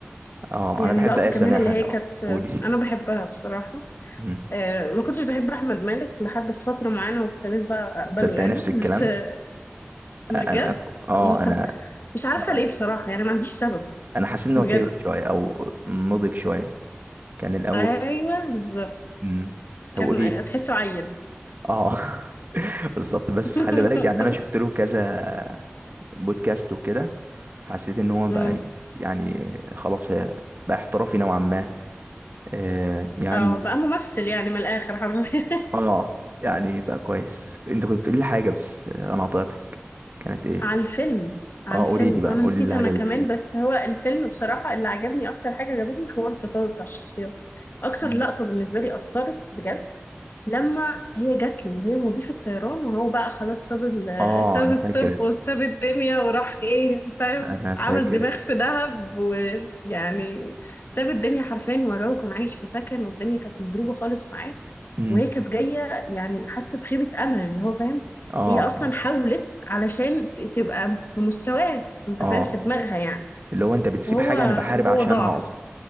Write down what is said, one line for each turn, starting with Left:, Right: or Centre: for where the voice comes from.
Right: اه
Left: يعني
Right: انا بحب
Left: اللقطة
Right: ايه
Left: كمان
Right: سماحه
Left: اللي هي
Right: دي اصلا
Left: كانت
Right: قولي
Left: أنا بحبها بصراحة
Right: مم.
Left: آه، ما كنتش بحب أحمد مالك لحد فترة معينة وابتديت بقى أقبله
Right: تصدق
Left: يعني
Right: نفس الكلام
Left: بس آه، بجد
Right: آه، انا اه انا
Left: طب مش عارفة
Right: هقولك.
Left: ليه بصراحة يعني ما عنديش سبب
Right: انا حاسس ان
Left: بجد
Right: هو كبر شويه او نضج شويه كان الاول
Left: أيوه بالظبط
Right: مم. طب
Left: كان
Right: قولي
Left: تحسه عيل
Right: اه <laughs> بالظبط بس
Left: <laughs>
Right: خلي بالك يعني انا شفت له كذا بودكاست وكده حسيت ان هو بقى
Left: أمم.
Right: يعني خلاص هي بقى احترافي نوعا ما آه يعني
Left: اه بقى ممثل يعني من الآخر حرفيا
Right: اه يعني بقى كويس انت كنت بتقول لي حاجه بس انا قطعتك كانت
Left: <laughs>
Right: ايه
Left: على الفيلم على
Right: اه
Left: الفيلم
Right: قولي لي بقى
Left: أنا
Right: قولي
Left: نسيت
Right: لي اللي
Left: أنا
Right: عجبك
Left: كمان
Right: فيه
Left: بس هو الفيلم بصراحة اللي عجبني أكتر حاجة عجبتني حوار التطور بتاع الشخصيات أكتر
Right: مم.
Left: لقطة بالنسبة لي أثرت بجد لما هي جات له وهي مضيفة طيران وهو بقى خلاص ساب ال-
Right: اه
Left: <laughs> ساب
Right: انا
Left: الطب
Right: فاكر
Left: وساب الدنيا وراح ايه فاهم
Right: انا فاكر
Left: عمل دماغ في دهب ويعني ساب الدنيا حرفيا وراه وكان عايش في سكن والدنيا كانت مضروبة خالص معاه
Right: امم
Left: وهي كانت جاية يعني حاسة بخيبة أمل اللي هو فاهم
Right: اه
Left: هي أصلا حاولت علشان ت- تبقى في مستواه انت
Right: اه
Left: فاهم في دماغها يعني
Right: اللي هو انت بتسيب
Left: وهو
Right: حاجه انا بحارب
Left: وهو
Right: عشانها
Left: ضاع
Right: اصلا